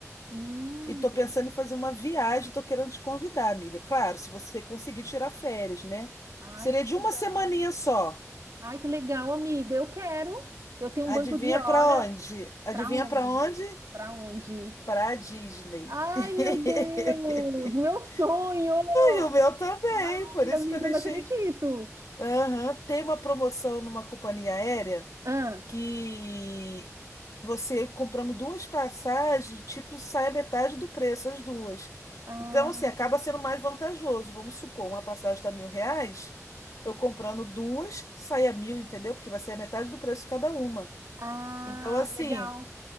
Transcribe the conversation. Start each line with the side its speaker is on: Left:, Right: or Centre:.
Right: Hum.
Left: E tô pensando em fazer uma viagem, tô querendo te convidar, amiga. Claro, se você conseguir tirar férias, né?
Right: Ai,
Left: Seria
Right: que
Left: de
Right: legal.
Left: uma semaninha só.
Right: Ai, que legal, amiga. Eu quero. Eu tenho
Left: Adivinha
Right: um banco de hora.
Left: pra onde? Adivinha
Right: Pra onde?
Left: pra onde?
Right: Pra onde?
Left: Pra Disney.
Right: Ai,
Left: <laughs>
Right: meu Deus, meu sonho.
Left: E o meu também,
Right: Ai,
Left: por isso
Right: amiga,
Left: que eu deixei.
Right: eu não acredito.
Left: Aham, Tem uma promoção numa companhia aérea.
Right: Ah,
Left: que você comprando duas passagens, tipo, sai a metade do preço, as duas.
Right: ah,
Left: Então, assim, acaba sendo mais vantajoso. Vamos supor, uma passagem está mil reais, eu comprando duas, sai a mil, entendeu? Porque vai ser a metade do preço cada uma.
Right: ah,
Left: Então, assim,
Right: legal.